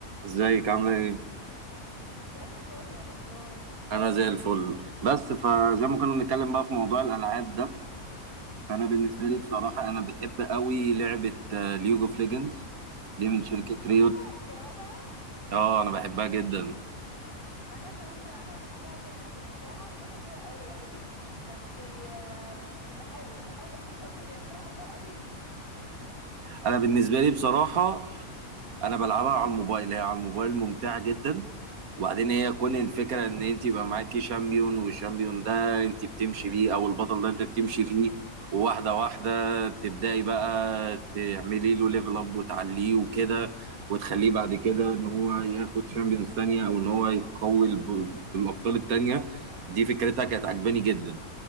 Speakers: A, on the right; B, on the left.
A: ازيك عامله ايه
B: زي الفل ايه الاخبار
A: انا زي الفل بس فزي ما كنا بنتكلم بقى في موضوع الالعاب ده فانا بالنسبه
B: امم
A: لي بصراحه انا بحب قوي لعبه ليج اوف ليجندز دي من شركه
B: ايه
A: ريوت
B: ده بتلعبها
A: اه انا بحبها جدا
B: انا كمان بلعبها وبحبها جدا بس الصراحه مش شاطره فيها قوي يعني بس آم، بحاول بحاول اكون شاطره فيها بس انا بحبها قوي
A: انا بالنسبه لي بصراحه انا بلعبها على الموبايل هي على الموبايل ممتعه جدا وبعدين هي كون الفكره ان انت يبقى معاكي شامبيون والشامبيون ده انت بتمشي بيه او البطل ده انت بتمشي فيه وواحده واحده تبداي بقى تعملي له ليفل اب وتعليه وكده وتخليه بعد كده ان هو ياخد شامبيونز تانية او ان هو يقوي الب- الابطال التانية دي فكرتها كانت عجباني جدا